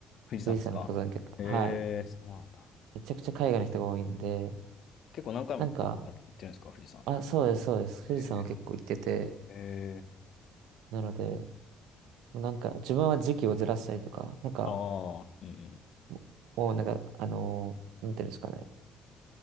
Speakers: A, on the left; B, on the right.
A: 富士山ですかへえ、
B: 富士山の登山客。はい。
A: そうなんだ。
B: めちゃくちゃ海外の人が多いんで、
A: 結構何回も行って行ってるんですか、
B: なんか、
A: 富士山。
B: あ、そうです、そうです。富士山は結構行ってて、
A: へえ、へえ、
B: なので、なんか自分は時期をずらしたりとか、なんか
A: ああ、うんうん。
B: ももうなんか、あのーなんていうんですかね、